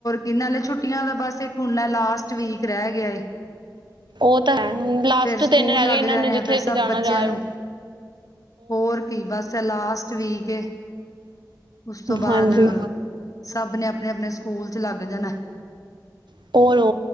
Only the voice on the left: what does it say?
ਇਹਨਾਂੇ ਛੁੱਟੀਆਂ ਦਾ ਬਸ, ਇੱਕ ਹੁਣ ਲਾਸਟ ਵੀਕ ਰਹਿ ਗਿਆ ਏ
ਫੇਿਰ ਸਕੂਲ
ਲੱਗ
ਜਾਨੇ
ਆ, ਫਿਰ ਸਭ
ਬੱਚਿਆਂ
ਨੂੰ ਹੋਰ ਕੀ, ਬੱਸ ਏ ਲਾਸਟ ਵੀਕ ਏ, ਉਸ ਤੋਂ
ਬਾਅਦ ਸਭ ਨੇ ਅਪਣੇ, ਅਪਣੇ ਸਕੂਲ 'ਚ ਲੱਗ ਜਾਣਾ